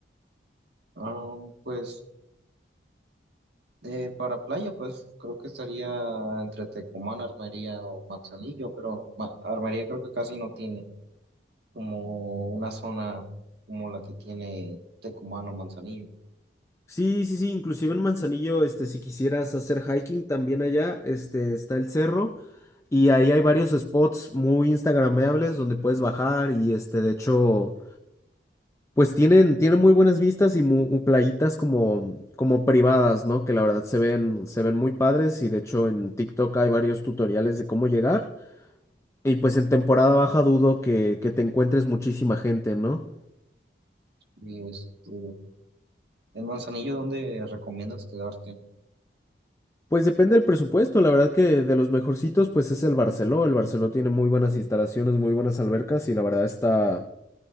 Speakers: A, on the right; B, on the left.
A: Am, pues eh, para playa, pues creo que estaría entre Tecomán, Armería o Manzanillo, pero Ma- Armería creo que casi no tiene como una zona como la que tiene Tecomán o Manzanillo.
B: Sí, sí, sí, inclusive en Manzanillo, este, si quisieras hacer hiking también allá, este, está el cerro y ahí hay varios spots muy instagrameables donde puedes bajar y este, de hecho, pues tienen, tienen muy buenas vistas y muy, playitas como, como privadas, ¿no? Que la verdad se ven, se ven muy padres y de hecho en TikTok hay varios tutoriales de cómo llegar y pues en temporada baja dudo que, que te encuentres muchísima gente, ¿no?
A: Y este, En Manzanillo, ¿dónde recomiendas quedarte?
B: Pues depende del presupuesto, la verdad que de los mejorcitos pues es el Barceló, el Barceló tiene muy buenas instalaciones, muy buenas albercas y la verdad está,